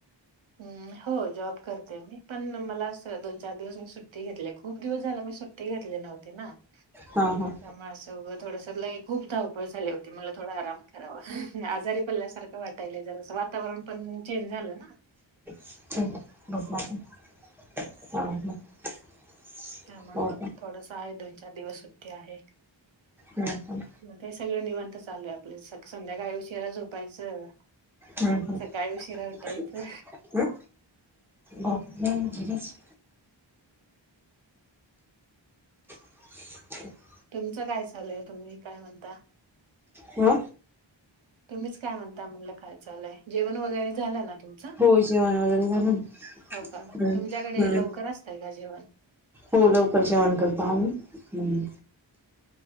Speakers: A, on the right; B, in the centre.
A: हम हो जॉब करते मी पण मला दोन चार दिवस मी सुट्टी घेतली खूप दिवस झाला सुट्टी घेतली नव्हती ना त्यामुळे
B: हा हा
A: असं थोडंसं लय खूप धावपळ झाली होती मला थोडा आराम करावा आजारी पडल्यासारखं वाटायला जरास. वातावरण पण चेंज झालं ना.
B: <unintelligible>
A: त्यामुळे
B: हो
A: मग
B: का
A: थोडस आहे दोन चार दिवस सुट्टी आहे.
B: हम.
A: मग ते हे सगळं निवांंत चालू आहे आपले संध्याकाळी उशीरा झोपायचं.
B: हम्म हम्
A: सकाळी उशिरा उठायचं
B: ह. मग घरीच <unintelligible>
A: तुमचं काय चालय तुम्ही काय म्हणता.
B: हा
A: तुम्हीच काय म्हणता म्हणलं काय चालय. जेवण वगैरे झालं ना तुमचं?
B: हो जेवण वगैरे झालं ना
A: हो का
B: हम्म
A: तुमच्याकडे
B: हम्म
A: लवकर असतय का जेवण?
B: हो लवकर जेवण करतो आम्ही.